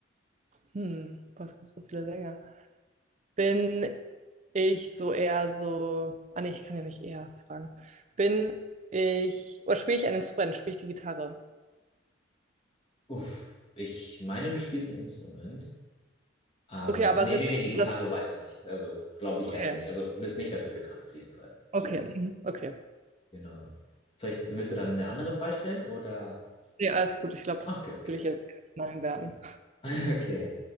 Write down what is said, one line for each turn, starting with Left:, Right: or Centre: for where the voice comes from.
Right: hm, boah, es gibt so viele Sänger. Bin ich so eher so. Ah, nee, ich kann ja nicht eher fragen. Bin ich. Oder spiele ich ein Instrument? Spiele ich die Gitarre?
Left: Uff. Ich meine, du spielst ein Instrument. Aber
Right: Okay, aber
Left: nee,
Right: es ist
Left: nee,
Right: jetzt
Left: nee,
Right: nicht
Left: die Gitarre
Right: so, dass.
Left: weiß ich nicht. Also glaube ich
Right: Okay.
Left: eher nicht. Also bist nicht dafür bekannt auf jeden Fall.
Right: Okay, Mhm. okay.
Left: Genau. Soll ich, willst du dann eine andere Frage stellen oder?
Right: Ja, alles gut. Ich glaube, das
Left: Okay, okay.
Right: würde ich jetzt als Nein werten.
Left: <laughs> Okay.